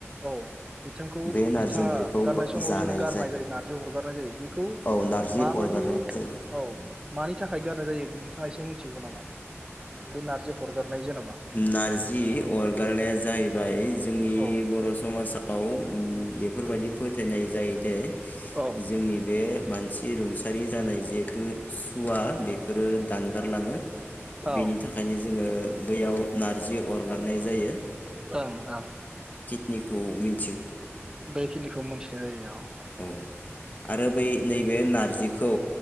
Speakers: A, on the right (about 15°); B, on the left (about 35°).
A: औ बिथांखौ
B: बे नारजि
A: बिथा
B: ओंख्रिखौ
A: गारनाय समाव
B: जानाय
A: जोङो गारनाय जायो नारजि अरगारनाय जायो बेखौ
B: औ नारजि
A: माबायदि
B: अरगारनाय जायो
A: औ मा मानि थाखाय गारनाय जायो नोंथाङा एसे मिथिगौ नामा बे नारजि हरगारनाय जेनबा
B: नारजि अरगारनाया जाहैबाय जोंनि
A: औ
B: बर' समाजाव बेफोरबायदि फोथायनाय जायोदे
A: औ
B: जोंनि बे मानसि रुंसारि जानाय जिहेथु सुवा बेफोरो दानगारलाङो
A: औ
B: बेनि थाख ओंखायनो जोङो बैयाव नारजि अरगारनाय जायो
A: ओं ओं
B: निखौ मिन
A: बेखिनिखौ मोनथिनाय जायो अह
B: औ आरो बै नैबे नारजिखौ